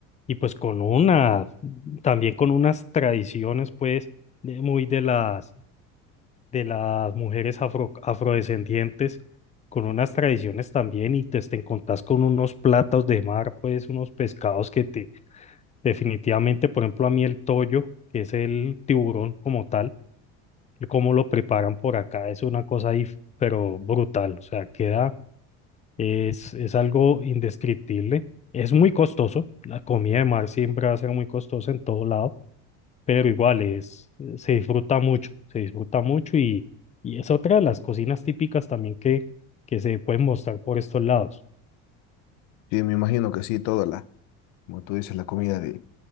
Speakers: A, on the left; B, on the left.
A: Y pues con unas, también con unas tradiciones pues de- muy de las de las mujeres afro- afrodescendientes, con unas tradiciones también, y te, te encontrás con unos platos de mar, pues unos pescados que te definitivamente, por ejemplo, a mí el toyo, que es el tiburón como tal, el cómo lo preparan por acá, es una cosa ahí, pero brutal, o sea, queda, es, es algo indescriptible. Es muy costoso, la comida de mar siempre va a ser muy costosa en todo lado pero igual es, eh, se disfruta mucho, se disfruta mucho y, y es otra de las cocinas típicas también que, que se pueden mostrar por estos lados.
B: Sí, me imagino que sí, toda la, como tú dices, la comida de,